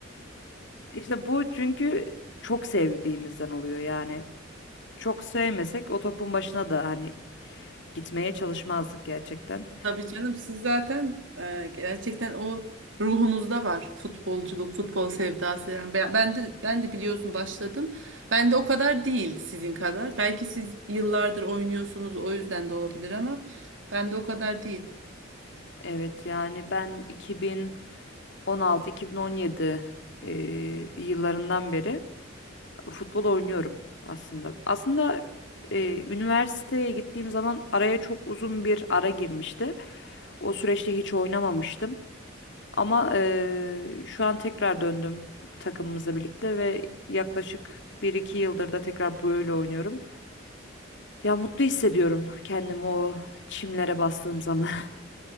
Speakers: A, on the left; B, on the right.
A: İşte bu çünkü çok sevdiğimizden oluyor yani. Çok sevmesek o topun başına da hani gitmeye çalışmazdık gerçekten.
B: Tabii canım siz zaten e, gerçekten o ruhunuzda var futbolculuk, futbol sevdası. Yani ben, ben de ben de biliyorsun başladım. Ben de o kadar değil sizin kadar. Belki siz yıllardır oynuyorsunuz o yüzden de olabilir ama ben de o kadar değil.
A: Evet yani ben 2016-2017 eee, yıllarından beri Futbol oynuyorum aslında. Aslında e, üniversiteye gittiğim zaman araya çok uzun bir ara girmişti. O süreçte hiç oynamamıştım. Ama e, şu an tekrar döndüm takımımızla birlikte ve yaklaşık bir iki yıldır da tekrar böyle oynuyorum. Ya mutlu hissediyorum kendimi o çimlere bastığım zaman.